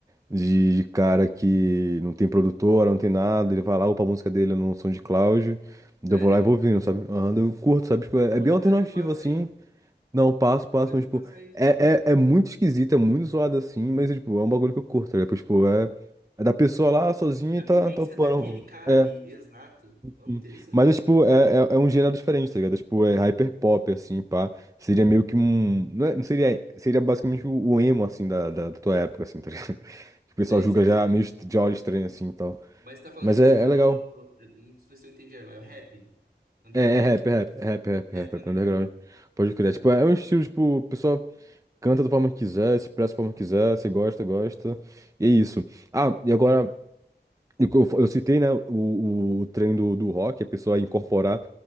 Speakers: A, on the right; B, on the right.
A: de, de cara que não tem produtora, não tem nada, ele vai lá, upa a música dele no SoundCloud, daí
B: Sério?
A: eu vou lá e vou ouvindo, sabe? Aham, daí eu curto, sabe? Tipo, é,
B: Pô,
A: é bem
B: depois
A: alternativo,
B: me passa
A: assim,
B: isso.
A: não, passo, passo,
B: Depois
A: mas,
B: me
A: tipo,
B: passa isso.
A: é, é, é muito esquisito, é muito zoado, assim, mas, tipo, é um bagulho que eu curto, tá ligado? Tipo, é, é da pessoa lá, sozinha,
B: É
A: e
B: A
A: tá,
B: vivência
A: tá upando,
B: daquele cara
A: É.
B: ali, exato. Não,
A: Sim.
B: interessante.
A: Mas é tipo, é, é, é um gênero diferente, tá ligado? É, tipo, é hyperpop, assim, pá. Seria meio que um. Não, é- não seria. Seria basicamente o, o emo, assim, da, da, da tua época, assim, tá ligado? <laughs> Que O pessoal
B: Sei,
A: julga
B: sei,
A: já
B: sei.
A: meio est- de olho estranho, assim e tal.
B: Mas você tá falando,
A: Mas
B: tipo,
A: é,
B: você falou.
A: é legal.
B: Não sei se eu entendi, mas é o rap underground.
A: É, é rap, é rap, é rap, é rap,
B: Rap
A: é rap,
B: underground.
A: é underground. Pode crer.
B: Pô,
A: É, Tipo,
B: que
A: é
B: louco.
A: um estilo, tipo, o pessoal canta da forma que quiser, se expressa da forma que quiser, se gosta, gosta. E é isso. Ah, e agora. E o que Eu, eu citei, né, o, o, treino do, do rock, a pessoa incorporar